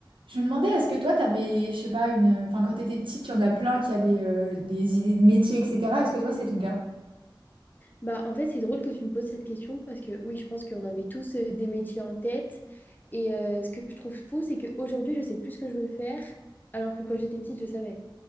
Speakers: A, on the right; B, on the left.
A: Je me demandais, est-ce que toi, t'avais, je sais pas, une... Enfin, quand t'étais petite, il y en a plein qui avaient euh, des idées de métier, etc. Est-ce que toi, c'est ton cas?
B: Bah, en fait, c'est drôle que tu me poses cette question parce que oui, je pense qu'on avait tous euh, des métiers en tête. Et euh, ce que je trouve fou, c'est qu'aujourd'hui, je sais plus ce que je veux faire, alors que quand j'étais petite, je savais.